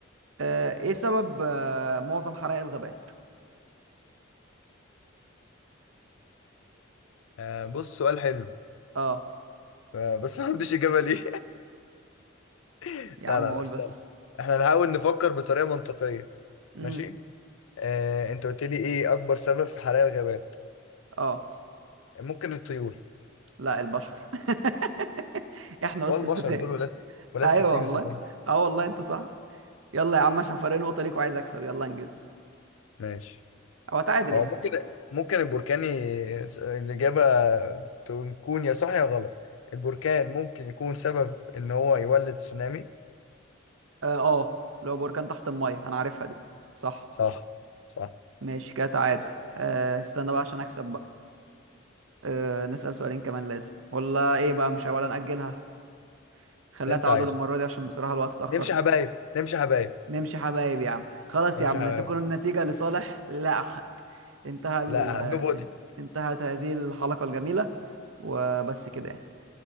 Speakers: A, on the right; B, on the left.
A: أه... ايه سبب أه... معظم حرائق الغابات
B: آه بص سؤال حلو
A: اه
B: آه بس ما عنديش إجابة ليه <laughs>
A: يا
B: لا
A: عم
B: لا
A: اقول
B: لا استنى
A: بس
B: احنا نحاول نفكر بطريقة منطقية
A: امم
B: ماشي آه انت قلت لي ايه اكبر سبب في حرائق الغابات
A: اه
B: ممكن الطيور
A: لا البشر <laughs> احنا قص
B: هو البشر
A: الفساد
B: دول ولاد ولاد
A: ايوه
B: 60
A: والله
B: في 70
A: اه والله انت صح يلا يا عم عشان فرق نقطة ليك وعايز اكسب يلا انجز
B: ماشي
A: او اتعادل
B: هو
A: يعني
B: ممكن ممكن البركان ي- الإجابة تكون يا صح يا غلط البركان ممكن يكون سبب ان هو يولد تسونامي
A: اه آه، لو بركان تحت المية انا عارفها دي صح
B: صح صح
A: ماشي كده تعادل أه... استنى بقى عشان اكسب بقى أه... نسأل سؤالين كمان لازم ولا ايه بقى مش ولا نأجلها خليها
B: ده انت
A: تعادل
B: عايزه
A: المرة دي عشان بصراحة الوقت اتأخر
B: نمشي حبايب نمشي حبايب
A: نمشي حبايب يا عم خلاص
B: نمشي
A: يا عم
B: حبايب
A: لا تكون النتيجة لصالح لا أحد انتهى ال...
B: لا نو
A: انتهت هذه الحلقة الجميلة وبس كده يعني.